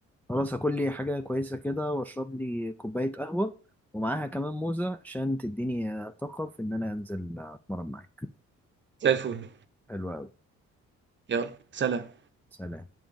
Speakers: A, in the centre; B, on the right.
A: خلاص هاكل لي حاجة كويسة كده واشرب لي كوباية قهوة ومعاها كمان موزة عشان تديني آه، طاقة في ان انا انزل آه، اتمرن معاك
B: زي الفل
A: حلو اوي
B: يلا سلام
A: سلام